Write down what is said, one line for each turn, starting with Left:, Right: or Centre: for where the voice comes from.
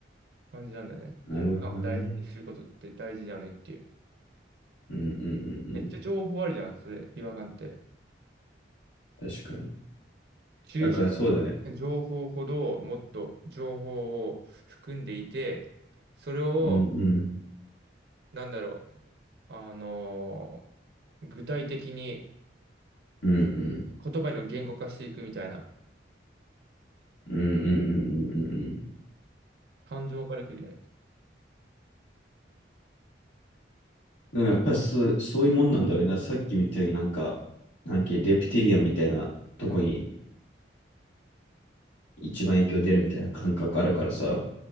Right: 感じなんだよね。
Left: なるほどね。
Right: 違和感を大事にすることって大事だよねっていう。
Left: うん、うん、うん、
Right: めっちゃ情報あるじゃん、
Left: うん。
Right: それ、違和感って。
Left: 確かに。
Right: 抽象的な情報ほどもっと情報を含んでいて、
Left: だからそうだね。
Right: それを、
Left: うん、うん、
Right: なんだろう、あのー具体的に
Left: うん、うん、
Right: 言葉の言語化していくみたいな、
Left: うん、うん、うん、うん。うん
Right: 感情からくるよね。
Left: でもやっぱりそう、そういうもんなんだろうな。さっき見たようになんか、なんかレプティリアンみたいなとこに
Right: うん。
Left: 一番影響出るみたいな感覚あるからさ。